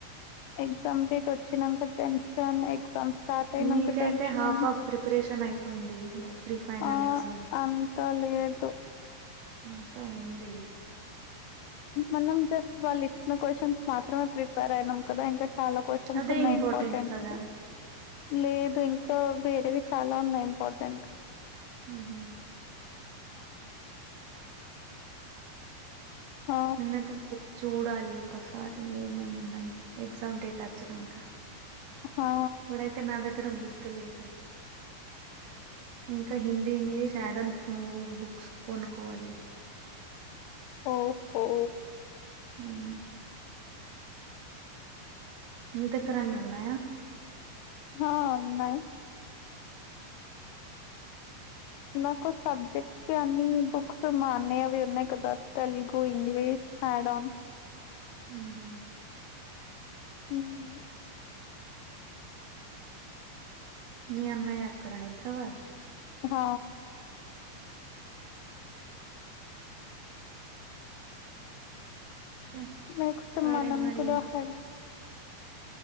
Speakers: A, on the left; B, on the right.
A: ఎగ్జామ్ డేట్ వొచ్చినంక టెన్షన్ ఎగ్జామ్స్ స్టార్ట్ అయినంక
B: మీకైతే
A: టెన్షన్
B: హాఫ్ హాఫ్ ప్రిపరేషన్ అయిపోయింది ఓ ప్రీ ఫైనల్
A: ఆ
B: ఎగ్జామ్
A: అంతలే ఎంటో
B: అంత ఉంది
A: మనం జస్ట్ వాళ్ళిచ్చిన క్వశ్చన్స్ మాత్రమే ప్రిపేర్ అయినం కదా ఇంకా చాలా క్వశన్స్
B: అదే
A: ఉన్నాయి ఇంపార్టెంట్
B: కదా
A: వి లేదు ఇంకా వేరేవి చాలా ఉన్నయ్ ఇంపార్టెంట్
B: మ్ హు
A: ఆ
B: ముంనైతే బుక్ చూడాలి ఒకసారి ఏమేమి ఉన్నాయో ఎగ్జామ్ డేటోచ్చినంక
A: ఆ
B: ఇప్పుడైతే నా దగ్గర బుక్కె లేదం ఇంకా హిందీ ఇంగ్లీష్ యాడోన్ మూడు బుక్స్ కొనుకోవాలి
A: ఓహో
B: మ్మ్. మీ దగ్గర అన్ని ఉన్నాయా
A: హా ఉన్నాయ్ నాకు సబ్జెక్ట్ ఆన్ని బుక్స్ మా అన్నయ్యవీ ఉన్నాయి కదా తెలుగు ఇంగ్లీష్ మా మ్యాడం
B: హు్
A: మ్
B: మీ అన్నయ అక్కడ హైదరాబాద్
A: హ్
B: చ
A: నెక్స్ట్
B: సరే
A: మనం
B: మరి
A: కూడ హైద్ర